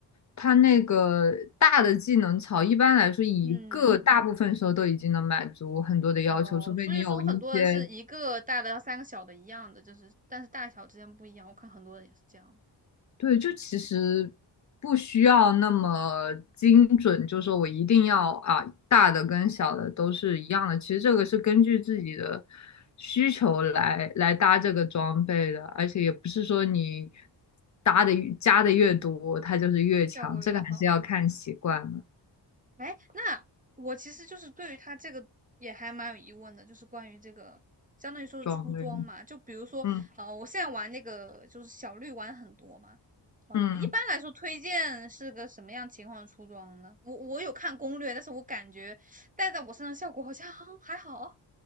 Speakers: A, on the left; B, on the right.
A: 它那个大的技能槽，一般来说一个大部分时候都已经能满足很多的要求，
B: 嗯。哦，
A: 除非你有一些
B: 所以说很多人是一个大的三个小的一样的，就是但是大小之间不一样。我看很多人也是这样，
A: 对，就其实不需要那么精准，就说我一定要啊，大的跟小的都是一样的。其实这个是根据自己的需求来来搭这个装备的，而且也不是说你搭的越加的越多，它就是越强。
B: 效果越好是吗？
A: 这个还是要看习惯了
B: 哎，那我其实就是对于它这个也还蛮有疑问的，就是关于这个相当于说是出装嘛，
A: 装备的。
B: 就比如说呃，
A: 嗯
B: 我现在玩那个就是小绿玩很多嘛。呃，
A: 嗯，
B: 一般来说，推荐是个什么样情况的出装呢？我我有看攻略，但是我感觉戴在我身上效果好像 <laughs> 还好。